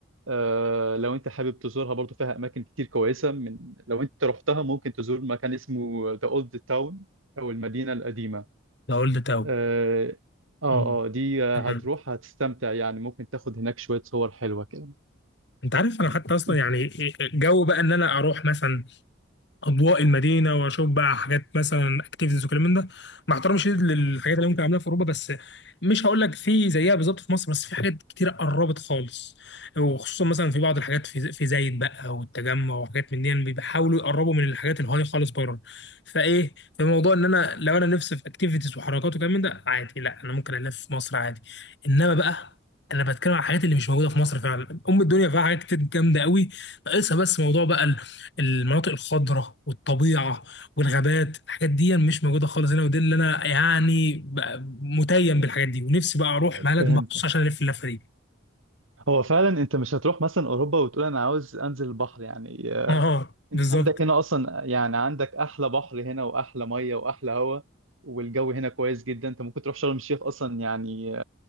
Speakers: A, on the right (about 85°); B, on the left (about 55°).
A: آه، لو انت حابب تزورها برضو فيها اماكن كتير كويسة من لو انت رحتها ممكن تزور مكان اسمه ذا اولد تاون او المدينة القديمة
B: ده قلت تاو
A: اه اه
B: مم.
A: آه، دي آه،
B: تمام
A: هتروح هتستمتع يعني ممكن تاخد هناك شوية صور حلوة كده
B: انت عارف انا حتى اصلا
A: <laughs>
B: يعني جو بقى ان انا اروح مثلا اضواء المدينه واشوف بقى حاجات مثلا اكتيفيتيز وكلام من ده مع احترامي الشديد للحاجات اللي ممكن اعملها في اوروبا بس مش هقول لك في زيها بالظبط في مصر بس في حاجات كتير قربت خالص وخصوصا مثلا في بعض الحاجات في في زايد بقى والتجمع وحاجات من دي يعني بيحاولوا يقربوا من الحاجات الهاي خالص بره فايه في موضوع ان انا لو انا نفسي في اكتيفيتيز وحركات وكلام من ده عادي لا انا ممكن الف في مصر عادي انما بقى انا بتكلم عن الحاجات اللي مش موجوده في مصر فعلا ام الدنيا فيها حاجات كتير جامده قوي ناقصها بس موضوع بقى المناطق الخضراء والطبيعه والغابات الحاجات دي مش موجوده خالص هنا ودي اللي انا يعني بقى متيم بالحاجات دي ونفسي بقى اروح بلد
A: فهمتك
B: مخصوص عشان الف اللفه دي
A: هو فعلا انت مش هتروح مثلا اوروبا وتقول انا عاوز انزل البحر يعني آه،
B: <laughs> اه
A: انت
B: بالظبط
A: عندك هنا اصلا يعني عندك احلى بحر هنا واحلى مية واحلى هواء والجو هنا كويس جدا انت ممكن تروح شرم الشيخ اصلا يعني